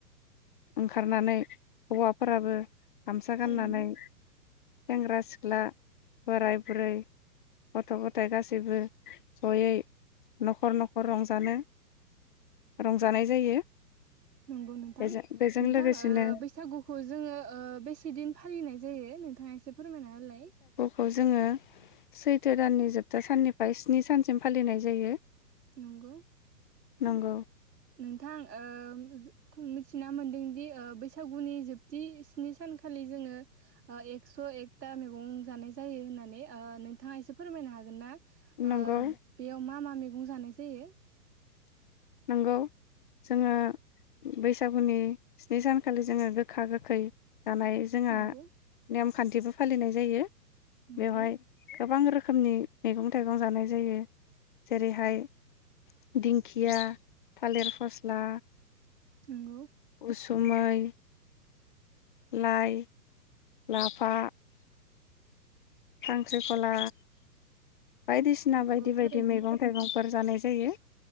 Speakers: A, on the left; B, on the right.
A: ओंखारनानै हौवाफोराबो सा
B: थारैनो
A: गाननानै सेंग्रा सिख्ला बोराय बुरै गथ गथाइ गासैबो जयै नखर नखर रंजानो रंजानाय जायो।
B: नंगौ नोंथां
A: बेजों बेजों
B: नोंथां
A: लोगोसेनो
B: ओ बैसागुखौ जोङो ओ बेसेदिन फालिनाय जायो नोंथाङा एसे फोरमायना होलाय।
A: खौ जोङो सैथो दाननि जोबथा साननिफ्राय स्नि सानसिम फालिनाय जायो।
B: नंगौ
A: नोंगौ।
B: नोंथां ओ मिथिना मोनदोंदि ओ बैसागुनि जोबथि स्नि सानखालि जोङो ओ एक्स एकता मैगं जानाय जायो होननानै ओ नोंथाङा एसे फोरमायनो हागोन ना? ओ
A: नंगौ
B: बेयाव मा मा मेगं जानाय जायो
A: नंगौ जोङो बैसागुनि स्नि सानखालि जोङो गोखा गोखै जानाय जोंहा
B: नंगौ
A: नेमखान्थिबो फालिनाय जायो।
B: नंगौ
A: बेवहाय गोबां रो खोमनि मैगं थाइगं जानाय जायो जेरैहाय दिंखिया थालिर फस्ला
B: नंगौ
A: उसुमै <inaudible> लाइ लाफा खांख्रिखला बायदिसिना
B: नंगौ
A: बायदि
B: थारैनो
A: बायदि मैगं थाइगंफोर जानाय जायो